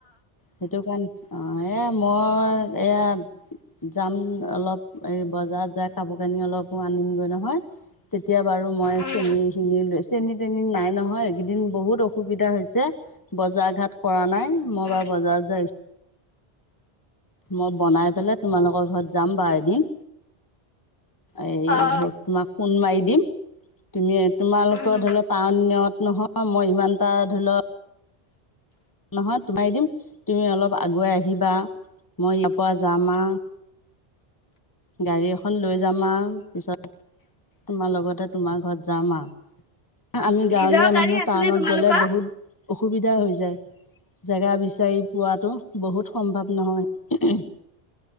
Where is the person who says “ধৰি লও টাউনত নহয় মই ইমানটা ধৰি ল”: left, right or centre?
Left